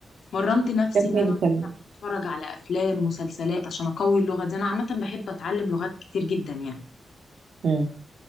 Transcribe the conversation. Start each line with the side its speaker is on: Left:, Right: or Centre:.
Left: مرنت نفسي
Right: كملي
Left: ان انا
Right: كملي
Left: اتفرج على افلام مسلسلات عشان اقوي اللغه دي انا عامه بحب اتعلم لغات كتير جدا يعني
Right: مم.